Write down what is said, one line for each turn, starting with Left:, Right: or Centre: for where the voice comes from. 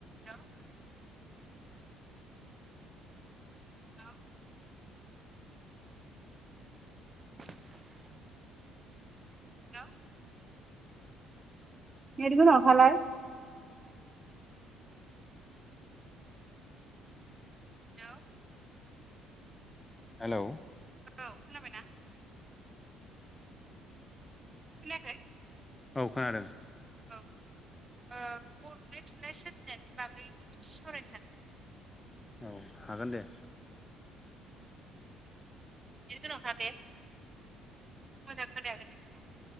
Right: हेल' हेल' <inaudible> हेल' net गोनाङाव थालाय <unintelligible> hello
Left: hello
Right: औ खोनाबाय ना खोनायाखै?
Left: औ खोनादों।
Right: औ ओ बर'नि थुनलाइ सोरजिनायनि बागै एसे सावरायनो सानदोंमोन।
Left: औ हागोन दे।
Right: एसे गोजानाव था दे मोजां खोनायाखै नोंनिखौ।